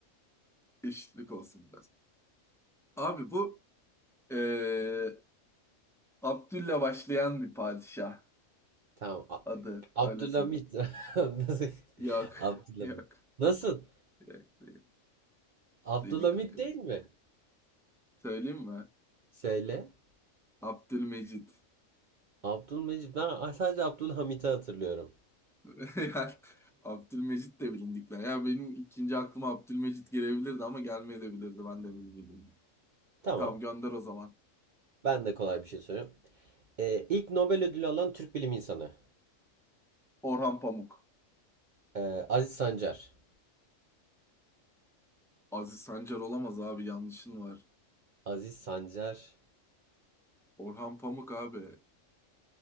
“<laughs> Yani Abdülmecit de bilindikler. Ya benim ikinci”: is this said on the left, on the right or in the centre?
Centre